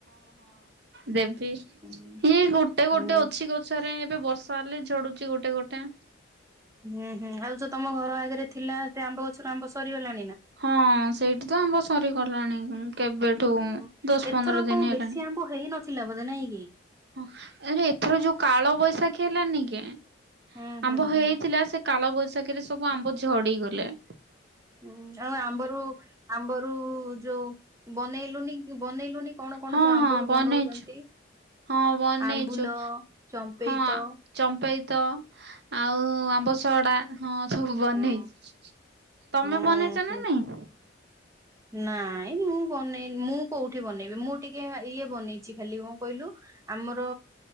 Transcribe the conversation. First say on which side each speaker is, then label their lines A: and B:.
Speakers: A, on the right (about 55°); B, on the right (about 15°).
A: ଦେବ
B: ହୁଁ
A: ଇଏ ଗୋଟେ ଗୋଟେ
B: ହୁଁ
A: ଅଛି ଗଛରେ ବର୍ଷ ସଲେ ଝଡୁଛି ଗୋଟେ ଗୋଟେ।
B: ହୁଁ ହୁଁ ଆଉ ଯୋଉ ତମ ଘର ଆଗରେ ଥିଲା ସେ ଆମ୍ବ ଗଛର ଆମ୍ବ ସରିଗଲା
A: ହଁ ସେଇଠି ତ ଆମ୍ବ ସରିଗଲାଣି କେବେଠୁ
B: ହୁଁ ହୁଁ
A: ଦଶ
B: ଏଥର
A: ପନ୍ଦର ଦିନ
B: କଣ
A: ହେଲାଣି।
B: ବେଶୀ ଆମ୍ବ ହେଇ ନଥିଲା ବୋଧେ ନାଇଁ କି?
A: ହଁ ଏଥର ଯୋଉ କାଳ ବଇସାଖି ଖେଲାନି କେ
B: ହୁଁ ହୁଁ
A: ଆମ୍ୱ
B: ହୁଁ
A: ହେଇଥିଲା ସେ କାଳ ବୈଶାଖୀରେ ସବୁ ଆମ୍ ବହୁତ ଝଡି ଗଲେ।
B: ହୁଁ ଆଉ ଆମ୍ବରୁ ଆମ୍ବରୁ ଯୋଉ ବନେଇଲି ବନେଇଲୁନି କଣ କଣ
A: ହଁ
B: ଯୋଉ ଆମ୍ବରୁ
A: ହଁ ବନେଇଛୁ
B: ବନଉଛନ୍ତି।
A: ହଁ ବନେଇଛୁ
B: ଆମ୍ବୁଲ, ଚମ୍ପେଇତ
A: ହଁ ଚମ୍ପେଇ ତ ଆଉ ଆମ୍ବ ସଡା ହଁ ସବୁ ବନେଇଛି।
B: ହଁ
A: ତମେ
B: ହଁ
A: ବନେଇଛ
B: ସେ
A: ନା ନାଇଁ।
B: ନାଇଁ ମୁଁ ବନେଇି ମୁଁ କୋଉଠି ବନେଇବି ମୁଁ ଟିକେ ଇଏ ବନେଇଛି ଖାଲି କଣ କହିଲୁ ଆମର